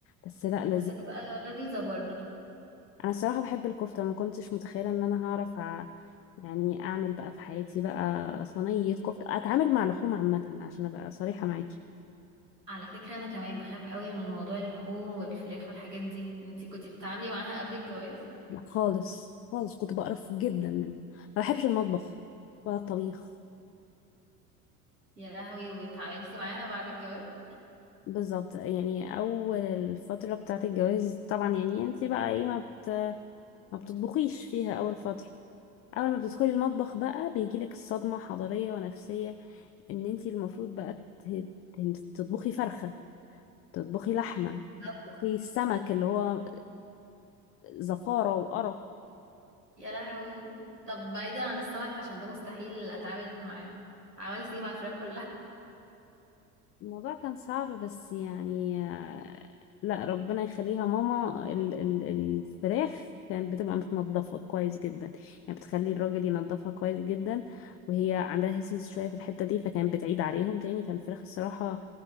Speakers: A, on the left (about 30°); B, on the right (about 85°).
A: بس لا لذيذ
B: بس بتبقى لذيذة برضه
A: انا الصراحة بحب الكفتة ما كنتش متخيلة ان انا هعرف ع- يعني اعمل بقى في حياتي بقى صينية كفتة اتعامل مع لحوم عامة عشان ابقى صريحة معاكي
B: على فكرة انا كمان بخاف قوي من موضوع اللحوم والفراخ والحاجات دي انتي كنتي بتتعاملي معاها قبل الجواز
A: لا خالص خالص كنت بقرف جدا منه ما بحبش المطبخ ولا الطبيخ
B: يا لهوي واتعاملتي معاها بعد الجواز
A: بالظبط يعني اول الفترة بتاعة الجواز طبعا يعني انت بقى ايه ما بت ما بتطبخيش فيها اول فترة اول ما بتدخلي المطبخ بقى بيجيلك الصدمة حضارية ونفسية ان انتي المفروض بقى ت- ت- تطبخي فرخة تطبخي لحمة
B: بالظبط
A: تطبخي السمك اللي هو زفارة وقرف
B: يا لهوي طب بعيدا عن السمك عشان ده مستحيل اتعامل معاه عملتي ايه مع الفراخ
A: الموضوع كان صعب بس يعني آه، لا ربنا يخليها ماما ال ال الفراخ كانت بتبقى متنضفة كويس جدا يعني بتخلي الراجل ينضفها كويس جدا وهي عندها هس هس شوية في الحتة دي فكانت بتعيد عليهم تاني فالفراخ الصراحة